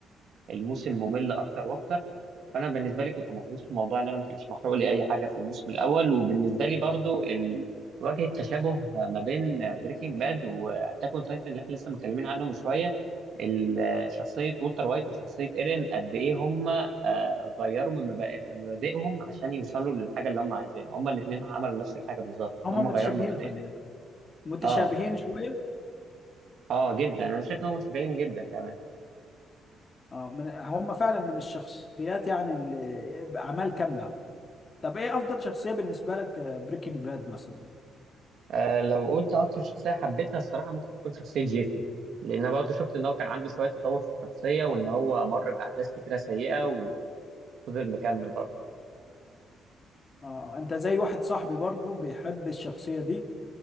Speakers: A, on the right; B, on the left.
A: الموسم ممل اكتر واكتر فانا بالنسبه لي كنت محظوظ في موضوع ان انا ما كانش محروق لي اي حاجه في الموسم الاول وبالنسبه لي برضو ال... واجهة تشابه ما بين بريكنج باد واتاك اون تايتن اللي احنا لسه متكلمين عنه من شويه ال- شخصيه وولتر وايت وشخصيه ايرين قد ايه هم آه، غيروا من مبادئ- من مبادئهم عشان يوصلوا للحاجه اللي هم عايزينها هم الاثنين عملوا نفس الحاجه بالظبط
B: هما
A: هم
B: متشابهين
A: غيروا مبادئهم
B: خلي بالك متشابهين
A: اه
B: شويه
A: اه جدا انا شايف انهم متشابهين جدا كمان
B: اه من هم فعلا من الشخصيات يعني اللي اعمال كامله طب ايه افضل شخصية بالنسبة لك بريكنج باد مثلا
A: آه، لو قلت اكتر شخصيه حبيتها الصراحه ممكن تكون شخصيه جيسي لان أنا برضه شفت ان هو كان عنده شويه تطور في الشخصيه وان هو مر باحداث كتيره سيئه وفضل مكمل برضه
B: اه انت زي واحد صاحبي برضو بيحب الشخصية دي